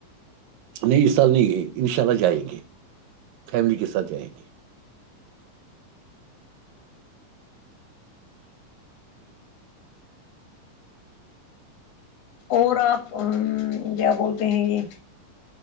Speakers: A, on the right; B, on the left.
A: نہیں اس سال نہیں ہے ان شاء اللہ جائیں گے فیملی کے ساتھ جائیں گے
B: اور آپ کیا بولتے ہیں یہ